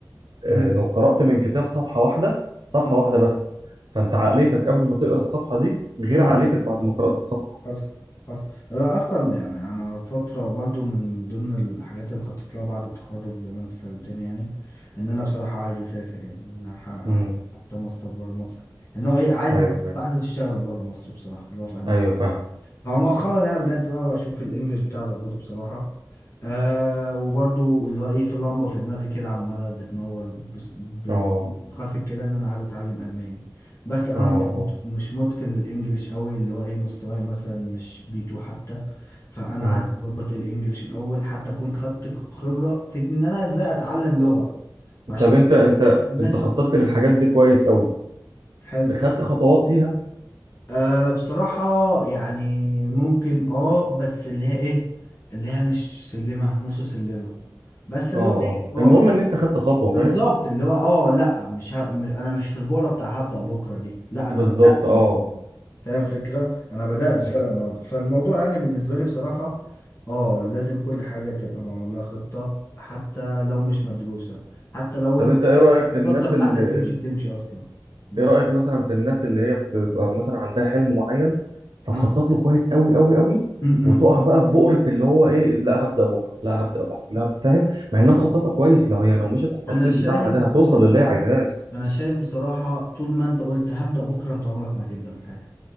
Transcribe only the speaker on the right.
آه، لو قرات من كتاب صفحه واحده صفحه
واحده بس فانت عقليتك قبل ما تقرا الصفحه دي غير
عقليتك بعد ما قرات الصفحه
امم
ايوه ايوه
ايوه فاهم
اه
اه
اه
امم
طب انت انت
انت خططت
للحاجات دي كويس قوي
خدت خطوات فيها
اه
اه
المهم
ان انت خدت خطوه
فاهم
بالظبط
اه
مم.
طب
انت ايه
رايك في
الناس
اللي
ايه رايك مثلا في الناس اللي هي بتبقى مثلا عندها حلم معين فتخطط
له كويس قوي قوي قوي
وتقع
بقى في بؤره اللي هو ايه لا هبدا بكره لا هبدا بكره لا هبدأ. فاهم مع انها مخططه كويس لو هي لو مشت على التخطيط
بتاعها ده
هتوصل للي هي عايزاه